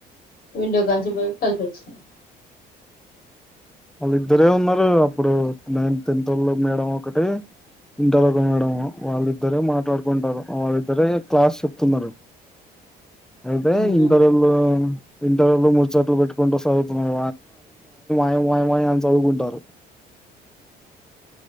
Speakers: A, on the left; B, in the centre.
A: విండో కంచిపో కలిసి వచ్చినాను
B: వాళ్ళిద్దరే ఉన్నారు అప్పుడు నైన్ టెన్త్ మేడం ఒకటి ఇంటర్ ఒక మేడం వాళ్ళిద్దరే మాట్లాడుకుంటారు వాళ్ళిద్దరే క్లాస్ చెప్తున్నారు అయితే
A: అవునా
B: ఇంటర్లో ఇంటర్లు ముడిచ్చోట్లు పెట్టుకుంటూ చదువుతున్నారు వాయ్ వాయ్ అని చదువుకుంటారు